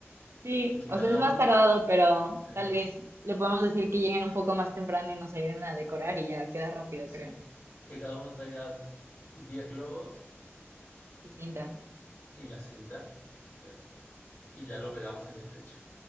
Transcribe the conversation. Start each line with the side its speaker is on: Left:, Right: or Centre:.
Right: Sí,
Left: Y que
Right: o
Left: cada
Right: sea, es más
Left: uno
Right: tardado, pero
Left: sí,
Right: tal vez le podemos decir
Left: que
Right: que lleguen un poco más temprano y nos ayuden a decorar y ya queda rápido,
Left: sí,
Right: creo.
Left: que cada uno traiga 10 globos
Right: Y cinta.
Left: y la cinta, eh, y ya lo pegamos en el techo.